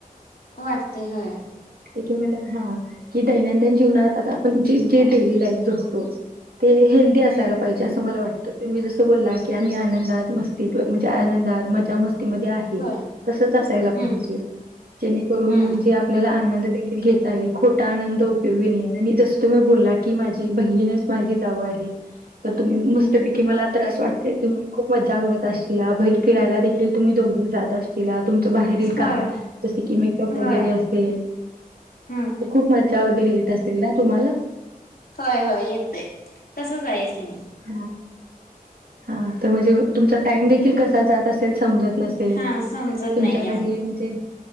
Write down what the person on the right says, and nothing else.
कि म्हनल हा, की दैनंदिन जीवनात आता आपण ज जे डेली लाईफ जगतो ते हेल्दी असायला
पाहिजे, असं मला वाटतं. तर तुम्ही जस बोलला, की आम्ही आनंदात, मस्तीत म्हणजे आनंदात, मजा मस्त मध्ये आहे.
तसच असायला
पाहिजे, जेणेकरून
म्हनजे आपल्याला आनंद देखी घेता येईल, खोटा आनंद उपयोगी नाही, आणि जस तुम्ही बोला की माझ ती बहीणच माझी जाऊ आहे. तर तुम्ही मस्तपैकी
मला त्रास वाटते तुम्ही खूप मज्जा करत असशिला. बहेर फिरायला देखील तुम्ही दोघी जात असशिला तुमचं बाहेरील
काम, जसे की, मेकअप वगैरे
असेल.
तर खूप मज्जा वगैरे येत असल ना? तुम्हाला.
हम्. हा, तर म्हणजे, तुमचा टाइम देखील कसा जात असेल? समजत नसेल,
तुमच्या
घरी म्हणजे